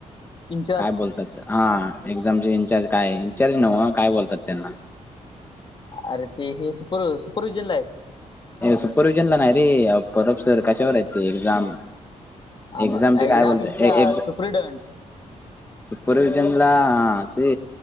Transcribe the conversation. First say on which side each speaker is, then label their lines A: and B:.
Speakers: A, on the left (about 40°); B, on the left (about 15°).
A: इंचार्ज
B: काय बोलतात हा एक्झामचे इंचार्ज काय इचार्ज नव काय बोलतात त्यांना
A: अरे ते हे सुपर सुपरविहजन ला आहेत-
B: सुपरविहिजन ला नाही रे परब सर कशावर आहेत ते एक्झाम
A: आम
B: एक्झामचे
A: एक्झाम
B: काय बोलत
A: इंचार्ज
B: एक्झ
A: सुप्रिडंट
B: सुपर्व्हिजन ला हे